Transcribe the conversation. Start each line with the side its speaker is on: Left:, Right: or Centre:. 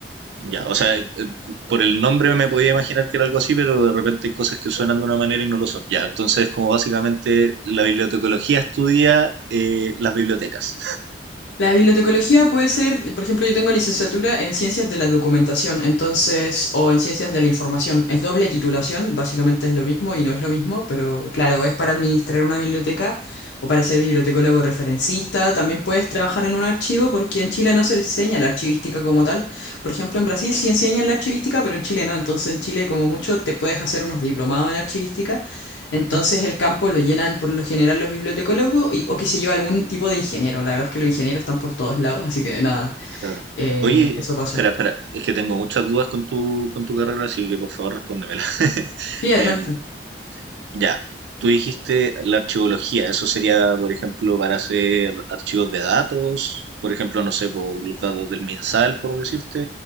Right: Ya, o sea, eh, por el nombre me podía imaginar que era algo así, pero de repente hay cosas que suenan de una manera y no lo son. Ya, entonces como básicamente la bibliotecología estudia eh, las bibliotecas.
Left: La bibliotecología puede ser, por ejemplo, yo tengo licenciatura en ciencias de la documentación, entonces, o en ciencias de la información. Es doble titulación, básicamente es lo mismo y no es lo mismo, pero claro, es para administrar una biblioteca o para ser bibliotecólogo referencista. También puedes trabajar en un archivo porque en Chile no se enseña la archivística como tal. Por ejemplo, en Brasil sí enseñan la archivística, pero en Chile no. Entonces, en Chile, como mucho, te puedes hacer unos diplomados en archivística entonces
Right: Ujú.
Left: el campo lo llenan por lo general los bibliotecólogos y- o qué sé yo, algún tipo de ingeniero. La verdad es que los ingenieros están por todos lados, así que nada,
Right: Claro.
Left: eh,
Right: Oye,
Left: eso pasó.
Right: espera, espera, es que tengo muchas dudas con tu, con tu carrera, así que por favor respóndemela. <laughs>
Left: Sí, adelante.
Right: Em, ya, tú dijiste la archivología, eso sería, por ejemplo, para hacer archivos de datos, por ejemplo, no sé, por los datos del MinSal, por decirte,